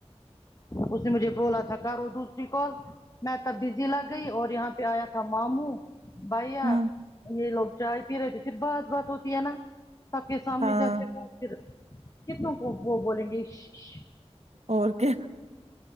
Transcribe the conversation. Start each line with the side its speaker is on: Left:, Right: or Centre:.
Left: اس نے مجھے بولا تھا کرو دوسری کال میں تب بزی لگ گئی اور یہاں پہ آیا تھا ماموں بھیا
Right: ہوں
Left: یہ لوگ چائے پی رہے تھے پھر بات بات ہوتی ہے نا سب کے سامنے
Right: ہاں
Left: جیسے ہو پھر کتنوں کو وہ بولیں گے یش یش
Right: اور کیا